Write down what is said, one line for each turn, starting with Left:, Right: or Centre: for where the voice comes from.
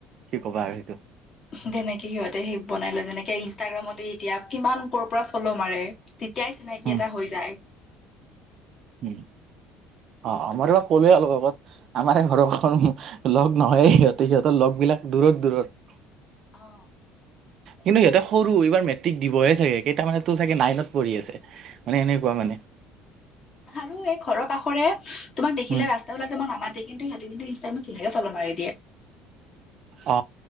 Right: কি ক'বা আৰু সেইটো।
Left: উমহু, তেনেকে সিহঁতে সেই বনাই লয় যেনেকে ইনষ্টাগ্ৰামতে এতিয়া কিমান কৰ পৰা ফ'ল' মাৰে। তেতিয়াই চিনাকি
Right: উম
Left: এটা হৈ যায়।
Right: উম, অ অ মই তোমাক কলোৱে অলপ আগত। আমাৰে ঘৰখন লগ নহয় সিহঁতে সিহঁতৰ লগবিলাক দূৰত দূৰত।
Left: অ।
Right: কিন্তু সিহঁতে সৰু এইবাৰ মেট্ৰিক দিবহে চাগে কেইটা মানে চাগে নাইনত পঢ়ি আছে। মানে এনেকুৱা মানে।
Left: আৰু এই ঘৰৰ কাষৰে তোমাক দেখিলে
Right: উম
Left: ৰাস্তাবিলাক তোমাৰ মামাত কিন্তু ইহঁতে কিন্তু ইনষ্টাগ্ৰামত তেনেকে ফল মাৰি দিয়ে।
Right: অ।